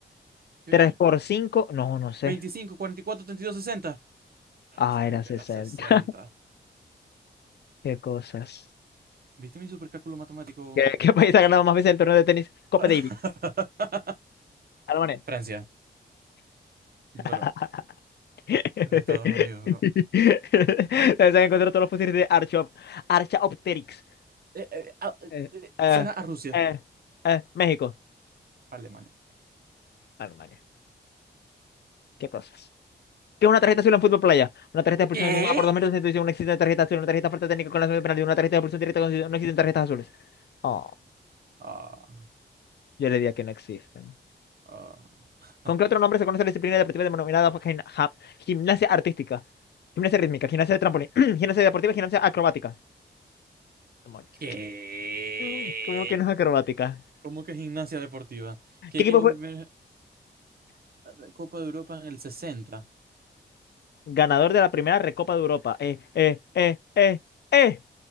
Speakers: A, on the right; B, on the left.
A: ¿Qué?
B: ¿Tres por cinco? No, no sé.
A: ¿25, 44, 32, 60? Ah,
B: Ah,
A: Sabía
B: era
A: que
B: 60.
A: era sesenta.
B: <laughs> Qué cosas.
A: ¿Viste mi supercálculo matemático?
B: ¿Qué, qué país ha ganado más veces el torneo de tenis? Copa
A: <laughs>
B: Davis. Alemania.
A: Francia, bro.
B: <laughs>
A: Era
B: Debes
A: Estados Unidos, bro.
B: haber encontrado todos los fósiles de Archop Archaopteryx.
A: Eh, eh, ah, eh,
B: Eh,
A: eh,
B: eh,
A: suena a Rusia.
B: eh, eh, México.
A: Alemania.
B: Alemania. Qué cosas. ¿Qué es una tarjeta azul en fútbol playa? Una tarjeta de expulsión
A: ¿Qué?
B: jugada por dos metros sin intuición, una existe tarjeta azul, una tarjeta falta técnica con la de penalti, una tarjeta de expulsión directa con no existen tarjetas azules. Oh,
A: Ah,
B: yo le diría que no existen.
A: ah. <laughs>
B: ¿Con qué otro nombre se conoce la disciplina deportiva denominada gim- ja- gimnasia artística? Gimnasia rítmica, gimnasia de trampolín, <clears throat> gimnasia deportiva, y gimnasia acrobática. Demonios.
A: ¿Qué?
B: <laughs> ¿Cómo que no es acrobática?
A: ¿Cómo que gimnasia deportiva? ¿Qué
B: ¿Qué
A: equipo
B: equipo fue
A: fue el primer eh, Copa de Europa en el 60?
B: ganador de la primera Recopa de Europa? Eh, eh, eh, eh, eh.